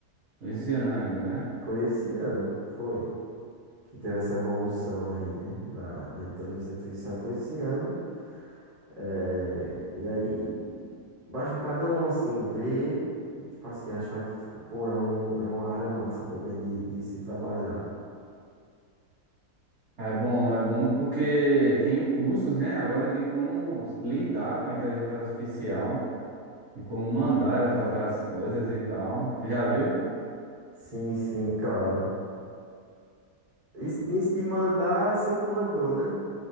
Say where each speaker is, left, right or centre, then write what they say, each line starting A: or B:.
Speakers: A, on the right (about 50°); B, on the right (about 30°).
A: Esse ainda, né?
B: Foi esse ano, foi. Que teve essa evolução aí, né? Da, da inteligência artificial foi esse ano. É, e aí, basta cada um, assim, ver e, tipo assim, achar que, tipo, pô, é, um, é uma área massa também de, de se trabalhar.
A: É bom, é bom porque tem cursos, né? Agora de como lidar com a inteligência artificial e como mandar ela fazer as coisas e tal. Tu já viu?
B: Sim, sim, claro. Isso, nisso de mandar, sempre mandou, né?